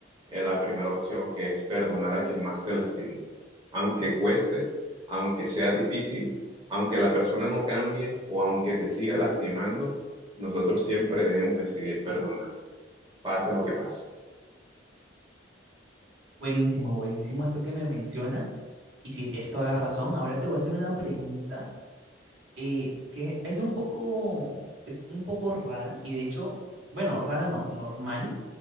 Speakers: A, on the right; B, on the right.
A: eh, la primera opción, que es perdonar a quien más te lastimó. Aunque cueste, aunque sea difícil, aunque la persona no cambie o aunque te siga lastimando, nosotros siempre debemos decidir perdonar, pase lo que pase.
B: Buenísimo, buenísimo esto que me mencionas. Y si tienes toda la razón, ahora te voy a hacer una pregunta eh, que es un poco, es un poco rara y de hecho, bueno, rara no, normal.